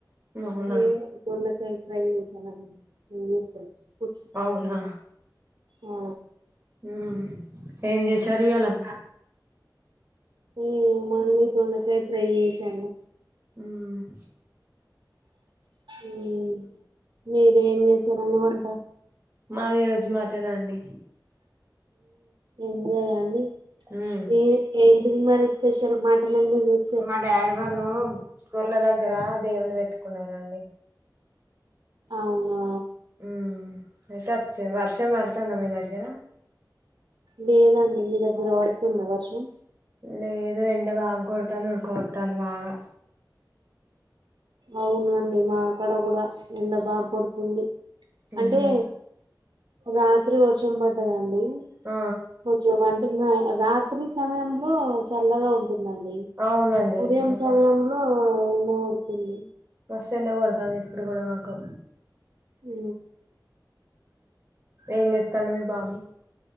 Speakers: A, on the right; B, on the right.
A: అవునా
B: లేదు దొండకాయి ఫ్రై చేసానండి ఏం చేస్తున్నావ్ కూచున్
A: అవునా
B: ఆ
A: హు ఏం చేసారు ఇయ్యాలంతా
B: మేమా అండి దొండకాయి ఫ్రై చేసాను
A: ఉహ్
B: ఉహు మీరూ ఏం చేశారండి వంటా
A: మాది ఈ రోజు మటన్ అండి
B: ఎంజాయా అండి
A: ఉమ్
B: ఏ ఏంటిది మరి స్పెషల్ మటన్ ఎందుకు చేసార్
A: మా డాడీ వాళ్ళు గొర్ల దగ్గర దేవుణ్ణి పెట్టుకున్నారండి
B: అవునా
A: ఉ అయితే ఒచ్చింరు వర్షం వడుతందా మీ దగ్గర
B: లేదండి మీ దగ్గర పడుతుందా వర్షం
A: లేదు ఎండ బాగా కొడుతంది ఉడుకోపోతాంది బాగా
B: అవునుండి మాకాడ కూడా ఎండ బాగోడుతుంది
A: ఉమ్
B: అంటే రాత్రి వర్షం పడ్డదండి
A: ఆ
B: కొంచెం వంటి రాత్రి సమయంలో చల్లగా ఉంటుందండి
A: అవునండి
B: ఉదయం
A: నిజంగా
B: సమయంలో ఎండ కోడుతుంది
A: మస్త్ ఎండ కొడతాంది ఇప్పుడు కూడా మాకు
B: ఉ
A: ఏం చేస్తండు మీ బాబు